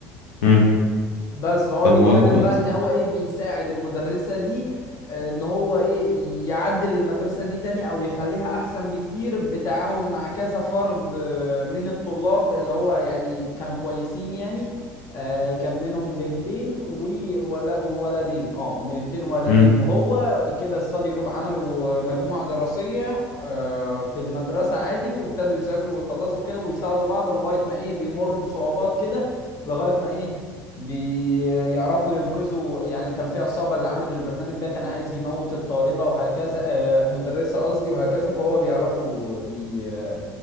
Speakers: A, on the left (about 70°); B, on the left (about 45°).
A: امم
B: بس فهو
A: طب
B: بيتكلم
A: هو كويس
B: بقى ان هو ايه بيساعد المدرسة دي آه، ان هو ايه يعدل المدرسة دي تاني او يخليها احسن بكتير بتعاون مع كذا فرد آه، من الطلاب اللي هو يعني كانوا كويسين يعني آه، كان منهم بنتين وولا- وولدين اه بنتين وولدين
A: امم
B: وهو كده ستادي جروب عملوا مجموعة دراسية آه، في المدرسة عادي وابتدوا يذاكروا ويخلصوا كده ويساعدوا بعض لغاية ما ايه بيمروا بصعوبات كده لغاية ما ايه بيعرفوا ينقذوا يعني كان في عصابة اللي عامل البرنامج ده كان عايز يموت الطالبة وهكذا آه، المدرسة قصدي وهكذا فهو بيعرفوا ي-